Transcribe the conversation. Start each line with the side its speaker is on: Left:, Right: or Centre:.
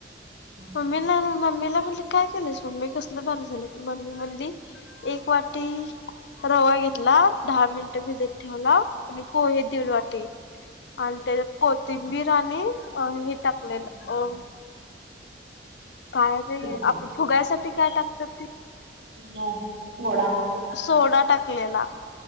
Right: हा
Left: मम्मीला आणि मम्मीला म्हणलं काय केलंस मम्मी कसलं भारी झालेत मम्मी म्हणली एक वाटी रवा घेतला, दहा मिनिट भिजत ठेवला आणि पोहे दीड वाटी आणि तेज्यात कोथिंबीर
Right: हा
Left: आणि हे टाकलेलं
Right: मिरच्या
Left: अ काय रे
Right: मिरच्या,
Left: आपलं फुगायसाठी काय टाकत्यात ती
Right: इनो, सोडा
Left: सोडा टाकलेला